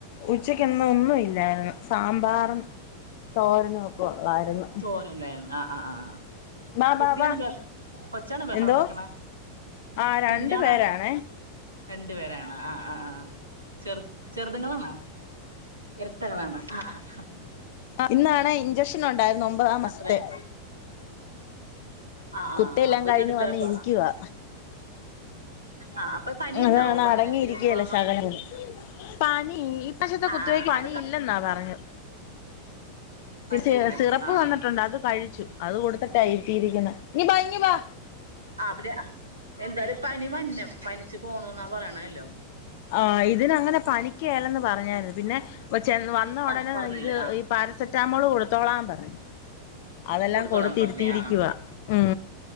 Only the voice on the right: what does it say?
<unintelligible> ആഹ് ആഹ് ആഹ്
കുട്ടിയാണ
ബഹ് കൊച്ചാണോ ബഹളം
വെക്കണ
കുഞ്ഞാണാ
രണ്ടു പേരാണ ആഹ് ആഹ് ആഹ് ചെറു ചെറുതുങ്ങളാണോ ഇരട്ടകളാണോ ആഹ് ആഹ് ആഹ്
അത്രായിട്ടുള്ളൂ ആഹ് ആഹ്
ആഹ് അപ്പൊ
ഇന്നടുത്തപ്പൊ
ആഹ് ആഹ് അപ്പൊ പനിയുണ്ടാവും
അപ്പൊ
അങ്ങനെയാണെങ്കിലും ഒമ്പതാം
മാസത്തില്
ആഹ്
ആഹ്
അത് ക
പനിയില്ലെന്ന്
ആഹ്
ആഹ് ആഹ്
അവര് എന്തായാലും പനി വന്നം പനിച്ച്പോണോന്നാ പറയണല്ലോ
പ
പറഞ്ഞില്ലേ
ആഹ്
കൊടുത്തോളാൻ
പറഞ്ഞേ ആഹ്